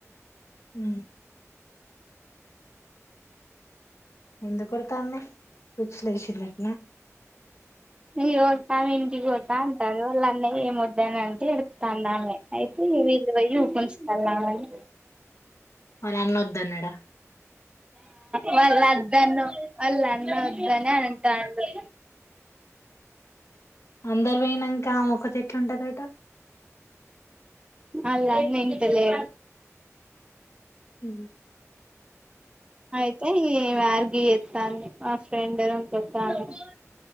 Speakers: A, on the left (about 60°); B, on the right (about 20°).
A: హు ఎందు కొడతాంని, ఫిచ్లెసింద్ అట్న
B: ఇ కొడతా వినికి కొడతా అంటారు వాళ్ళ అన్న ఏం వద్దనంటే ఎడ్తాండమే అయితే వీళ్ళు పోయి ఊపించుతళ్ళామని
A: వాళ్ళ అన్నోద్ద్దన్నడా
B: వాళ్ళ వద్దన్నో వాళ్ళన్న వద్దనే అంటాండు
A: అందరూ వేయ్ నంక ఆవొక్కటి ఎట్ల ఉంటదట
B: ఆల్లాన్నింటేలే
A: ఉ
B: అయితే ఈ వర్గ్ ఎత్తాంది, మా ఫ్రెండ్ ఇంకొత్త అన్నడు.